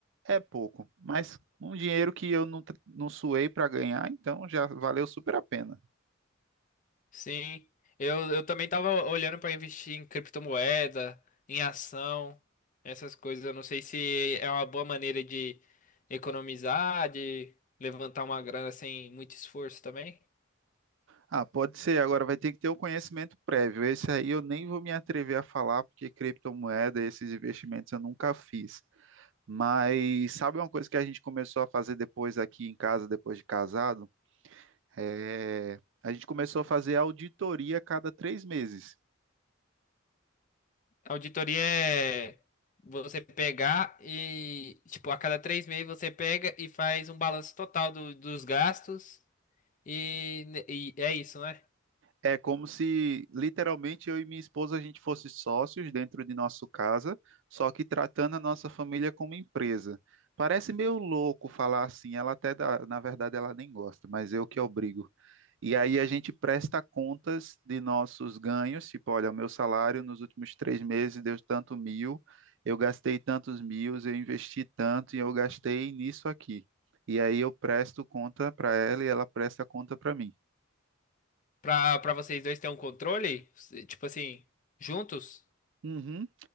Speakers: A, on the right; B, on the left.
A: é pouco, mas um dinheiro que eu não, tra- não suei para ganhar, então já valeu super a pena.
B: Sim, eu, eu também tava olhando para investir em criptomoeda, em ação, essas coisas. Eu não sei se é uma boa maneira de economizar, de levantar uma grana sem muito esforço também.
A: Ah, pode ser. Agora vai ter que ter o conhecimento prévio. Esse aí eu nem vou me atrever a falar, porque criptomoeda, esses investimentos eu nunca fiz. Mas sabe uma coisa que a gente começou a fazer depois aqui em casa, depois de casado? É, a gente começou a fazer auditoria a cada três meses.
B: Auditoria é você pegar e, tipo, a cada três meses você pega e faz um balanço total do- dos gastos e, e é isso, né?
A: É como se literalmente eu e minha esposa a gente fosse sócios dentro de nossa casa, só que tratando a nossa família como empresa. Parece meio louco falar assim, ela até dá- na verdade ela nem gosta, mas eu que obrigo. E aí a gente presta contas de nossos ganhos, tipo, olha, o meu salário nos últimos três meses deu tanto mil, eu gastei tantos mil, eu investi tanto e eu gastei nisso aqui. E aí eu presto conta para ela e ela presta conta para mim.
B: Pra, pra vocês dois terem um controle, tipo assim, juntos.
A: Uhum.